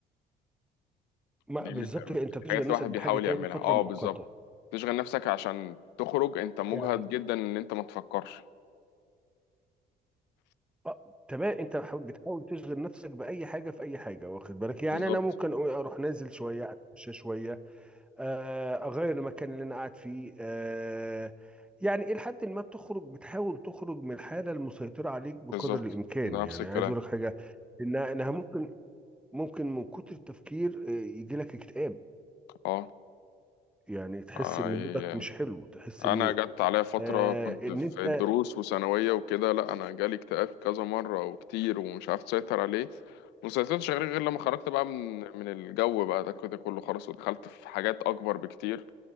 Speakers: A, in the centre; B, on the left.
A: ما-
B: دي
A: بالظبط
B: من
A: كده، انت بتشغل
B: الحاجات اللي
A: نفسك
B: الواحد
A: بحاجه
B: بيحاول
A: تاني
B: يعملها
A: فتره
B: اه
A: مؤقته
B: بالظبط تشغل نفسك عشان تخرج انت مجهد
A: يعني
B: جدا ان انت ما تفكرش
A: اه تمام انت بح- بتحاول تشغل نفسك باي حاجه في اي حاجه واخد بالك يعني
B: بالظبط
A: انا ممكن أقول اروح نازل شويه اتمشى شويه آه، اغير المكان اللي انا قاعد فيه آه، يعني الى حد ما بتخرج بتحاول تخرج من الحاله المسيطره عليك بقدر
B: بالظبط
A: الامكان
B: ده
A: يعني
B: نفس الكلام
A: عايز اقول لك حاجه انها انها ممكن ممكن من كتر التفكير آه، يجي لك اكتئاب
B: اه
A: يعني تحس
B: اي
A: ان مودك مش حلو تحس
B: انا
A: ان
B: جت عليا فتره
A: آه،
B: آه، كنت
A: ان
B: في
A: انت
B: الدروس وثانويه وكده لا انا جالي اكتئاب كذا مره وكتير ومش عارف اسيطر عليه ما سيطرتش عليه غير لما خرجت بقى من من الجو بقى ده كده كله خلاص ودخلت في حاجات اكبر بكتير